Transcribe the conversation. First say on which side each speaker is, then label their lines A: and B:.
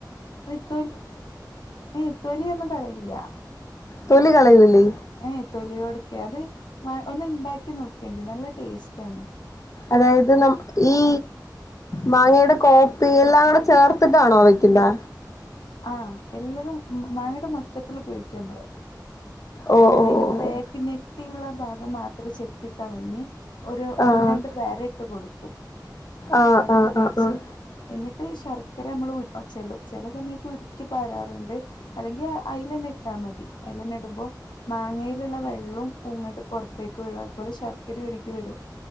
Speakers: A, on the left; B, on the left.
A: ഈ തോ ഈ തോലി ഒന്നും കളയില്ല
B: തൊലി കളയുന്നില്ലേ
A: ഏയ് തൊലിയോടക്കെ അത് ഒന്ന് ഉണ്ടാക്കി നോക്കിയാണ്ടി നല്ല ടേസ്റ്റ് ആണ്
B: അതായത് നം ഈ മാങ്ങയുടെ കോർത്ത് എല്ലാം കൂടെ ചേർത്തിട്ടാണോ വെക്കുന്നെ
A: ആഹ് എല്ലാതും മങ്ങയുടെ മൊത്തത്തിൽ ഉപയോഗിക്കും നമ്മള്
B: ഓ
A: അഹ് അതിന്റെ
B: ഓ
A: ബേക്ക്
B: ഓ
A: ഞെട്ടിയുള്ള ഭാഗം മാത്രം ചെത്തി കളഞ് ഒരു
B: ആ
A: ഒന്ന് രണ്ട് വര ഇട്ട് കൊടുക്കും
B: ആഹ്
A: കത്തി
B: ആഹ്
A: ഉപയോഗിച്ച്
B: ആഹ് ആഹ്
A: എന്നിട്ട് ശർക്കര നമ്മള് ഉരുക്കാൻ വെച്ചുല്ലോ ചില സമയത്ത് ഉരുക്കി പരാറുണ്ട് അല്ലെങ്കിൽ അയിലെന്നെ ഇട്ടാ മതി അയിലെന്നെ ഇടുമ്പോ മാങ്ങയിലുള്ള വെള്ള- ങട്ട് പുറത്തേക്ക് വരും അത് പോലെ ശർക്കരയും ഉരുകി വരും